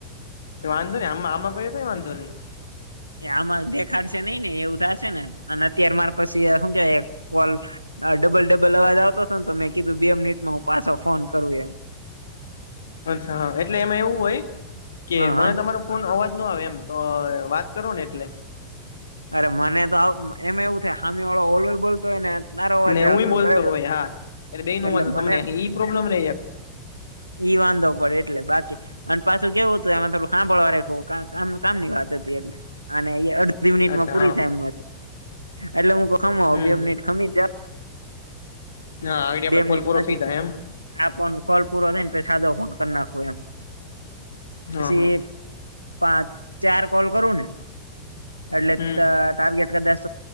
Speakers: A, on the left; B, on the right.
A: વાંધ નહીઈ આ આમાં કએ તો વાંધો નહીં.
B: એ આમાં દેખાડશે નઈ ને એવું થશે ને અને અત્યારે મારે પછી શું કહેવાય કોલ હા ડબલ ડબલ અવાજ આવતો હતો ને તો મેં કીધું બે મિનિટમાં હું પાછો ફોન કરું એમ.
A: અચ્છા હા એટલે એમાં એવું હોય કે
B: હા
A: મને
B: હા
A: તમારો ફોન અવાજ ન આવે એમ તો વાત કરો ને એટલે.
B: અરે મને તો એમાં એવું થાય હામે વાળો ઓલ‌ બોલતો હોય ને તારો અવાજે
A: ને હું
B: આવતો
A: બોલતો
B: હોય બરાબર.
A: <unintelligible>
B: એટલે મને
A: તમને એ પ્રોબ્લેમ રહી
B: ઈ વાંધો પડે એટલે બાકી અને પાછું કેવું હતું આમાં હાભળવા રખ કામ કામની વાત હતી એટલે અડઘી મિનિટમાં
A: અચ્છા
B: પુરી
A: હા
B: થાય એમ એટલે હું ખમ
A: હમ
B: બે મિનિટ ખમી જ જ
A: હા આવી આપડે
B: મિનિટ
A: કોલપુરો
B: પછી
A: થઈ જાય એમ.
B: આ ફ ફોલ પૂરો થઈને પ સાધો ફોન કરી નાખો એમ
A: હા
B: પછી
A: હા
B: પાંચ ચાર કોલ કરું ને એટલે
A: હમ
B: ટાર્ગેટ કદાસ